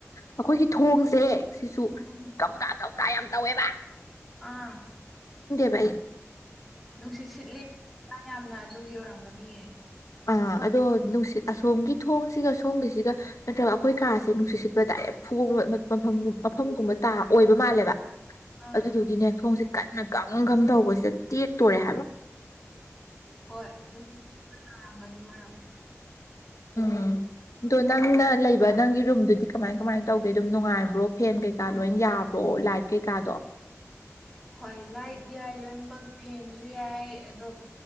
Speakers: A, on the left; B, in the centre.
A: ꯑꯩꯈꯣꯏꯒꯤ ꯊꯣꯡꯁꯦ ꯁꯤꯁꯨ
B: ꯎꯝ
A: ꯀꯒꯥ ꯝꯒ ꯌꯥꯝ ꯇꯧꯋꯦꯕ
B: ꯑꯥ
A: ꯏꯠ
B: ꯅꯨꯡꯁꯤꯠ ꯁꯤꯠꯂꯤ ꯌꯥꯝꯅ ꯑꯗꯨꯒꯤ ꯑꯣꯏꯔꯝꯒꯅꯤꯌꯦ
A: ꯑ ꯑꯗꯣ ꯅꯨꯡꯁꯤꯠ ꯑꯁꯣꯝꯒꯤ ꯊꯣꯡꯁꯤꯒ ꯑ ꯁꯣꯝꯒꯤꯁꯤꯒ ꯅꯠꯇ꯭ꯔꯒ ꯑꯩꯈꯣꯏ ꯀꯥꯁꯦ ꯅꯨꯡꯁꯤꯠ ꯁꯤꯠꯄ ꯗꯥꯏꯔꯦꯛ ꯕ ꯃꯐꯝ ꯃꯐꯝꯒꯨꯝꯕ ꯇꯥ ꯑꯣꯏꯕ ꯃꯥꯜꯂꯦꯕ
B: ꯑꯥ
A: ꯑꯗꯨꯗꯨꯒꯤꯅꯦ ꯊꯣꯡꯁꯦ ꯀꯟꯅ ꯒꯝ ꯝ ꯇꯧꯕꯁꯤꯗ ꯇꯦꯛꯇꯣꯔꯦ ꯍꯥꯏꯕ
B: ꯍꯣꯏ ꯅꯨꯡꯁꯤꯥꯔꯝꯒꯅꯤ ꯃꯔꯝ
A: ꯑ ꯑꯗꯣ ꯅꯪꯅ ꯂꯩꯕ ꯅꯪꯒꯤ ꯔꯨꯝꯗꯨꯗꯤ ꯀꯃꯥꯏ ꯀꯃꯥꯏꯅ ꯇꯧꯒꯦ ꯑꯗꯨꯝ ꯅꯨꯡꯉꯥꯏꯕ꯭ꯔꯣ ꯐꯦꯟ ꯀꯩꯀꯥ ꯂꯣꯏꯅ ꯌꯥꯕ꯭ꯔꯣ ꯂꯥꯏꯛ ꯀꯦ ꯀꯥꯗꯣ
B: ꯍꯣꯏ ꯂꯥꯏꯠ ꯌꯥꯏ ꯂꯣꯏꯅꯃꯛ ꯐꯦꯟꯁꯨ ꯌꯥꯏ ꯑꯗꯣ